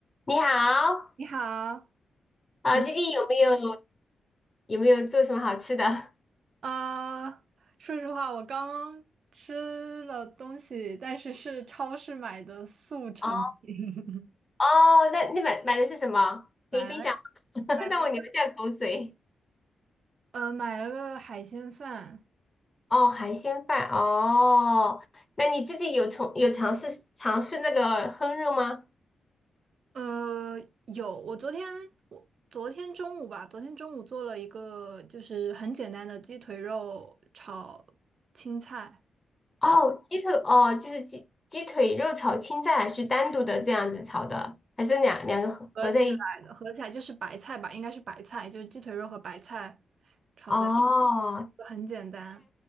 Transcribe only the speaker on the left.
你好，
啊，
最近有没有有没有做什么好吃的？
哦，哦，那你买买的是什么？
可以分享，<laughs>
让我流下口水。
哦，海鲜饭，哦，那你自己有从有尝试尝试那个烹饪吗？
哦，鸡腿，哦，就是鸡鸡腿肉炒青菜，还是单独的这样子炒的，还是两两个合合在一起？
哦，